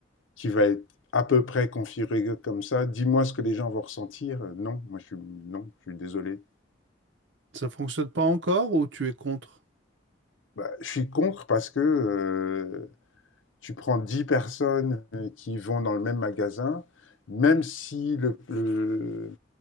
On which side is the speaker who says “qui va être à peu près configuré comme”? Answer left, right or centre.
Left